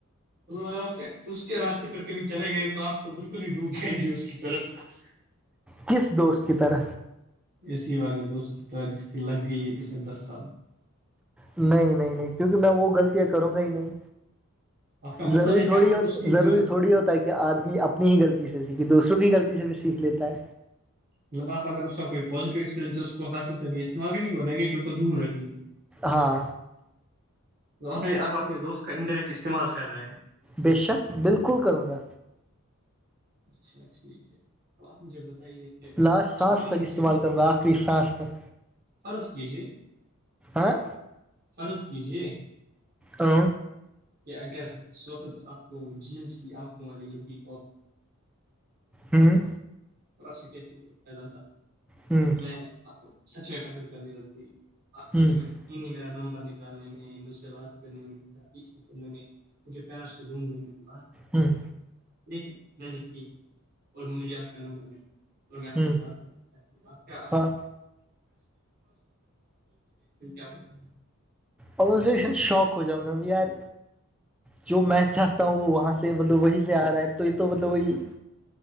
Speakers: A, on the right; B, in the centre.
A: م اگر آپ اس کے راستے پر کبھی چلے گئے تو آپ تو بالکل ہی ڈوب جائیں گے اس کی طرف
B: کس دوست کی طرح
A: اے سی والے دو اس کی طرح جس کی لگ گئی ہے پچھلے دس سال
B: نہیں نہیں نہیں کیونکہ میں وہ غلطیاں کروں گا ہی نہیں
A: آپ کا مطلب
B: ضوری
A: ہے کہ
B: تھوڑی
A: آپ
B: ہو
A: اس کی
B: ضروری
A: جو
B: تھوڑی ہوتا ہے کہ آدمی اپنی ہی غلطی سے سیکھے دوسروں کی ہی غلطی سے بھی سیکھ لیتا ہے
A: مطلب آ اگر اس کا کوئی پیٹیو ایکسپیررینس کو حاصل کریے اسعمال کرے نگیٹو کو دور رکھیے
B: ہاں
A: تو آپ اپنے دوست کا انڈائریکٹ استعمال کر رہے ہیں
B: بے شک بالکل کروں گا
A: اچھا ٹھیک ہے ا آپ مجھے بتائیے کہ
B: لاسٹ سانس
A: مان
B: تک
A: لیجیے
B: استعمال کروں ب آخری سانس تک
A: فرض کیجیے
B: آاں
A: فرض کیجے
B: ہ
A: کہ اگر اس وقت آپ کو جینس کی آپ کو ہماری لڑکی
B: ہوں
A: ر شک پن
B: ہوں
A: میں آپ کو سچ پسند کرنی یہ
B: ہوں
A: نہیں میرا نمبر نکالنے میں مجھ سے بات کرنے میں پیچھر کرنے میں مجھے پیار سے گھوم ل میرے با
B: ہوں
A: ٹھیک ہے میں نہیں ٹھیک اور مجھے آپ کا نمبر ملا اور میں آپ
B: ہوں
A: سے بات کر رہ
B: ہاں
A: ہوں <unintelligible>
B: اورے شوق ہو جاؤں گا یار جو میں چاہتا ہوں وہ وہاں سے مطلب وہی سے آ رہا ہے تو یہ تو مطلب وہی